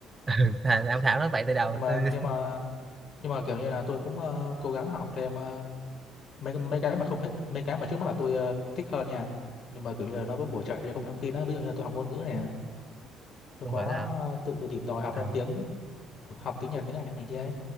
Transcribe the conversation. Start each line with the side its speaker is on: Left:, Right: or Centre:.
Right: <laughs> thà là ông Thảo nói vậy từ đầu
Left: nhưng mà
Right: tôi
Left: nhưng mà nhưng mà kiểu như là tôi cũng ờ, cố gắng học thêm ờ, mấy mấy cái mà không thích mấy cái mà trước mắt là tôi ờ, thích hơn nha nhưng mà kiểu như là nó có bổ trợ cho công nghệ thông tin á ví dụ như là tôi học ngôn ngữ nè tôi
Right: không
Left: có
Right: hiểu nào
Left: tự tìm tòi học
Right: Ờ,
Left: thêm tiếng học tiếng Nhật tiếng Anh này kia ấy